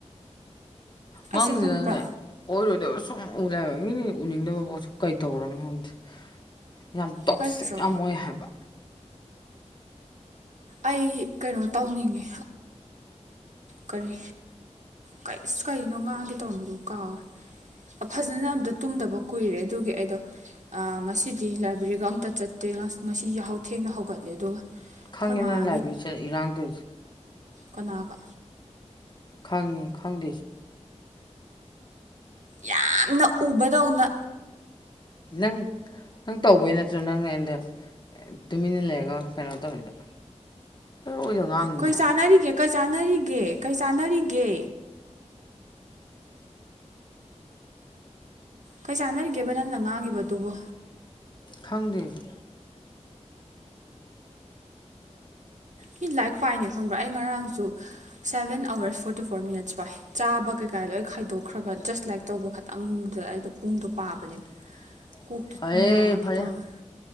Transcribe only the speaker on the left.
ꯃꯪꯁꯤꯗꯅꯦ
ꯑꯣꯏꯔꯣꯏꯗꯕ ꯁꯨꯝ ꯎ ꯂꯩ ꯍꯥꯏꯕ ꯃꯤꯅ ꯎꯅꯤꯡꯗꯕ ꯄꯣꯠꯁꯨ ꯀꯩꯗꯧꯔꯃꯣ ꯈꯪꯗꯦ ꯌꯥꯝ ꯇꯣꯛꯁꯤꯛ
ꯌꯥꯝ ꯑꯣꯏ ꯍꯥꯏꯕ
ꯈꯪꯉꯦ
ꯅꯪ ꯂꯥꯏꯕ꯭ꯔꯦꯔꯤ ꯆꯠꯂ ꯏꯔꯥꯡ ꯇꯧꯔꯤꯗꯣ
ꯈꯪꯉꯤ ꯈꯪꯗꯦꯁꯨ
ꯅꯪ ꯅꯪ ꯇꯧꯕꯩ ꯅꯠꯇ꯭ꯔꯣ ꯅꯪꯅ ꯑꯩꯉꯣꯟꯗ ꯇꯨꯃꯤꯟꯅ ꯂꯩꯔꯒ ꯀꯩꯅꯣ ꯇꯧꯔꯤꯗꯣ ꯂꯣꯏꯗ ꯉꯥꯡꯉꯤꯅꯦ
ꯈꯪꯗꯦ ꯑꯩꯖꯨ
<unintelligible>
ꯐꯔꯦ
ꯐꯔꯦ